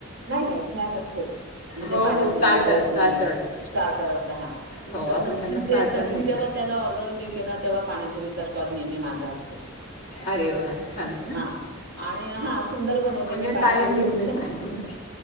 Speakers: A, on the right; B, on the left.
A: नाही नाही स्नॅक् असत म्हणजे
B: हो
A: panipuri
B: हो starter
A: bhelpuri
B: starter
A: starter असता हा
B: हो
A: तर
B: आपण
A: मग
B: त्यांना
A: तिथे
B: स्टार्टर
A: तशी
B: म्हणतो
A: जेव्हा त्याला ऑर्डर मिळते ना तेव्हा पाणीपुरीचा स्टॉल नेहमी माझा असतो
B: अरे वा छान
A: हा आणि हा सुंदर बनवते.
B: म्हणजे
A: मी पाणीपुरी
B: टायअप बिझनेस
A: खूप छान
B: आहे तुमचा